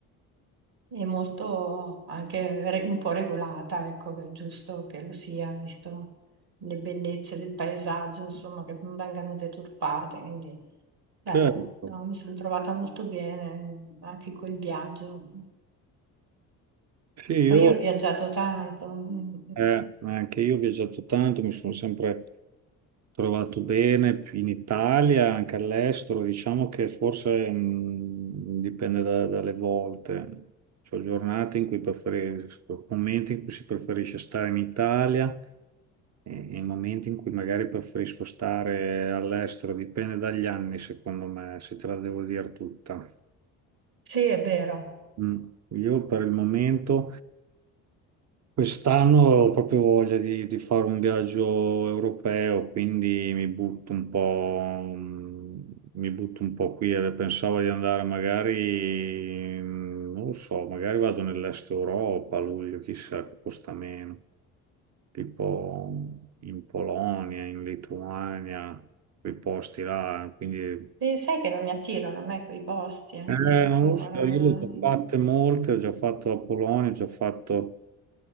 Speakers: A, on the right (about 60°); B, on the right (about 40°).
A: e molto anche re- un po' regolata, ecco, che è giusto che lo sia, visto le bellezze del paesaggio, insomma, che non vengano deturpate, quindi bello,
B: Certo.
A: no, mi sono trovata molto bene anche col viaggio.
B: Sì, io
A: Poi io ho viaggiato tanto, mm,
B: Eh, anche io ho viaggiato tanto, mi sono sempre trovato bene in Italia, anche all'estero. Diciamo che forse mh, dipende da- dalle volte. C'ho giornate in cui preferisco, momenti in cui si preferisce stare in Italia e, e momenti in cui magari preferisco stare all'estero. Dipende dagli anni, secondo me, se te la devo dire tutta.
A: sì, è vero.
B: Mm. Io per il momento. Quest'anno ho proprio voglia di, di fare un viaggio europeo, quindi mi butto un po', mm, mi butto un po' qui. Eh, Pensavo di andare magari, mm, non lo so, magari vado nell'est Europa a luglio, chissà che costa meno, tipo in Polonia, in Lituania, quei posti là, quindi...
A: E sai che non mi attirano a me quei posti ancora.
B: Eh, non lo so, io le
A: no,
B: ho già fatte molte, ho già fatto la Polonia, ho già fatto...